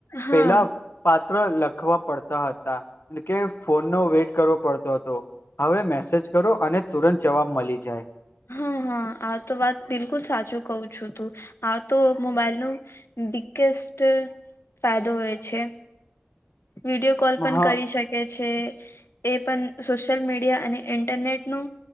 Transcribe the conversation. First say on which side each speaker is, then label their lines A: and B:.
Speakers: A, on the left (about 85°); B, on the left (about 65°).
A: હા
B: પેલા પાત્ર લખવા પડતા હતા કે ફોનનો વેઇટ કરવો પડતો હતો. હવે મેસેજ કરો અને તુરંત જવાબ મલી જાય.
A: હા હા આ તો વાત બિલકુલ સાચું કહુ છું તું આ તો મોબાઈલ નો બિગ્ગેસ્ટ ફાયદો હોય છે. વિડીયો કોલ પણ
B: હા
A: કરી શકે છે. એ પણ સોશિયલ મીડિયા અને ઇન્ટરનેટનું